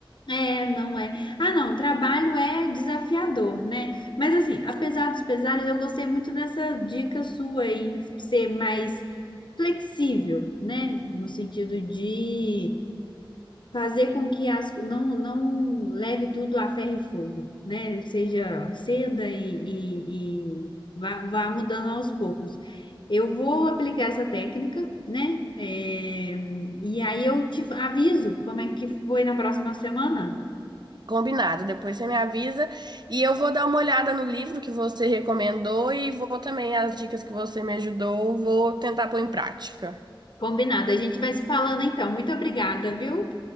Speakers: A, on the left; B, on the right.
A: É, não é. Ah, não, trabalho é desafiador, né? Mas assim, apesar dos pesares, eu gostei muito dessa dica sua em ser mais flexível, né? No sentido de fazer com que as, não, não leve tudo a ferro e fogo, né? Seja ceda e, e- e vá, vá mudando aos poucos. Eu vou aplicar essa técnica, né? É, e aí eu te aviso como é que foi na próxima semana.
B: Combinado, depois você me avisa e eu vou dar uma olhada no livro que você recomendou e vou também, as dicas que você me ajudou, vou tentar pôr em prática.
A: Combinado. A gente vai se falando então. Muito obrigada, viu?